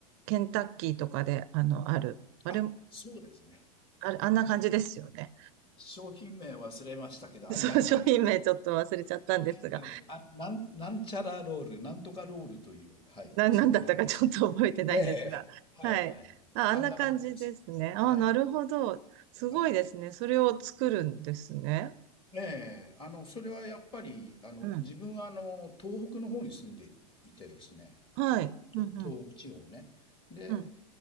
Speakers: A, on the right; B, on the left.
A: ケンタッキーとかで、あの、ある。あれ、
B: あ、そうですね。
A: あれ、あんな感じですよね。
B: し商品名忘れましたけど、
A: <laughs> そう、
B: あんな感じ。
A: 商品名ちょっと忘れちゃったんですが、
B: ええあ、なん、なんちゃらロール、なんとかロールという、はい、
A: な、なんだったか
B: そんな感じです。
A: <laughs> ちょっと覚えてないんですが。
B: ええはいはい。
A: はい。あ、
B: あんな感じです。
A: あんな感じですね。ああ、
B: はい、
A: なるほど。すごいですね。
B: はい。
A: それを作るんですね。
B: ねえあの、それはやっぱり、あの、
A: うん。
B: 自分は、あの、東北の方に住んでいてですね、
A: はい。うんうん。
B: と東北地方ね。で、
A: うん。